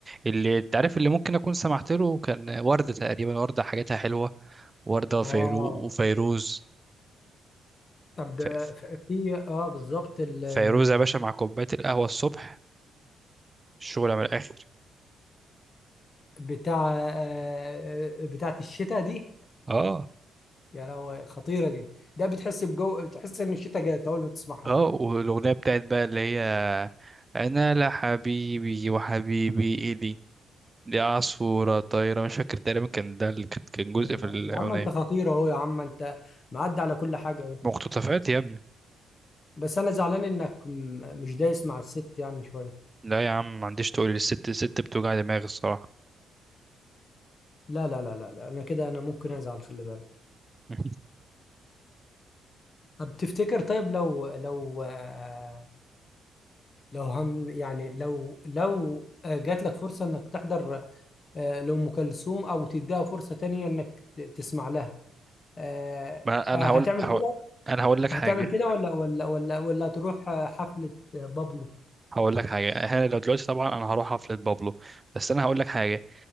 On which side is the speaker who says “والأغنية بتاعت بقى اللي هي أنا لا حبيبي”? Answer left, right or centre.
Right